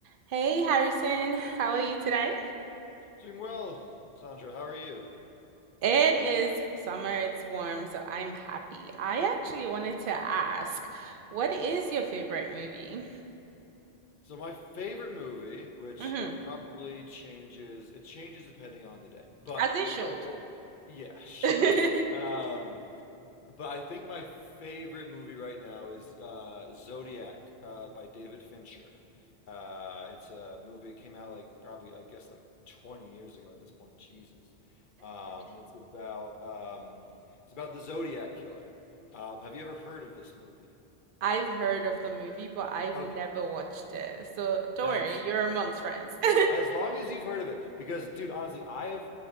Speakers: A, on the right; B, on the left.
A: Hey Harrison, how are you today?
B: Doing well, Sandra. How are you?
A: It is summer, it's warm, so I'm happy. I actually wanted to ask, what is your favorite movie?
B: So my favorite movie, which
A: hmm
B: it probably changes, it changes depending on the day. But
A: As it should.
B: oh, oh, yeah, <laughs> sure.
A: <laughs>
B: Um, but I think my favorite movie right now is uh, Zodiac uh, by David Fincher. Uh, it's a movie. It came out like probably, I guess, like 20 years ago at this point. Jesus. Um, it's about um, it's about the Zodiac killer. Uh, have you ever heard of this movie?
A: I've heard of the movie, but I've
B: Okay,
A: never watched it. So don't
B: that's
A: worry, you're amongst friends. <laughs>
B: As long as you've heard of it, because dude, honestly, I have,